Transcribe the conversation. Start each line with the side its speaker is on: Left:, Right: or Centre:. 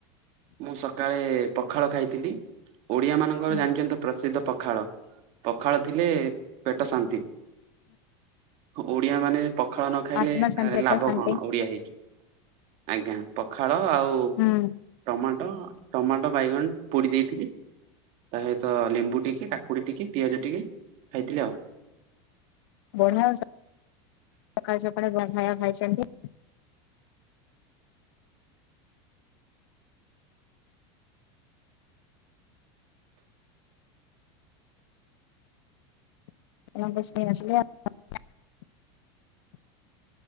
Right: ମୁଁ ସକାଳେ ପଖାଳ ଖାଇଥିଲି। ଓଡିଆ ମାନଙ୍କର
Left: ହୁଁ
Right: ଜାଣିଚନ୍ତି ତ ପ୍ରସିଦ୍ଧ। ପଖାଳ। ପଖାଳ ଥିଲେ ପେଟ ଶାନ୍ତି। ଓଡିଆ ମାନେ ପଖାଳ ନ ଖାଇଲେ
Left: ଆତ୍ମା
Right: ତ
Left: ଶାନ୍ତି ଆତ୍ମା
Right: ଲାଭ
Left: ଶାନ୍ତି।
Right: କଣ ଓଡିଆ ହେଇକି। ଆଜ୍ଞା ପଖାଳ ଆଉ
Left: ହୁଁ
Right: ଟମାଟୋ ଟମାଟୋ ବାଇଗଣ ପୋଡି ଦେଇଥିଲି ତା ସହିତ ଲେମ୍ବୁ ଟିକେ କାକୁଡି ଟିକେ ପିଆଜ ଟିକେ ଖାଇଥିଲି ଆଉ।
Left: ବଢିଆ ସକାଲୁ ସକାଳୁ ଯାହା ଖାଇବା ଖାଇଛନ୍ତି। <unintelligible>